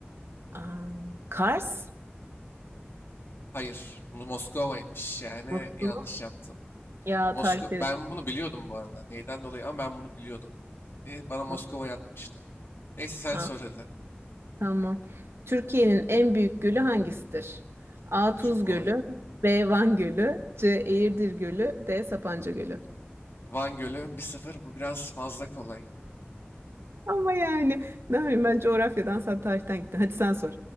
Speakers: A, on the right; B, on the left.
A: Aa, Kars.
B: Hayır, Moskova'ymış. Yani
A: Nasıl?
B: yanlış yaptın.
A: Ya
B: Moskova
A: tarifleri
B: ben bunu biliyordum bu arada. Neyden dolayı ama ben bunu biliyordum. Ne- Bana Moskova
A: var.
B: yatmıştı. Neyse sen
A: Aa,
B: sor hadi.
A: tamam. Türkiye'nin en büyük gölü hangisidir? A. Tuz
B: Çok kolay.
A: Gölü. B. Van Gölü. C. Eğirdir Gölü. D. Sapanca Gölü.
B: Van Gölü 1-0 bu biraz fazla kolay.
A: Ama yani ne bileyim ben coğrafyadan sen tarihten gittin. Hadi sen sor.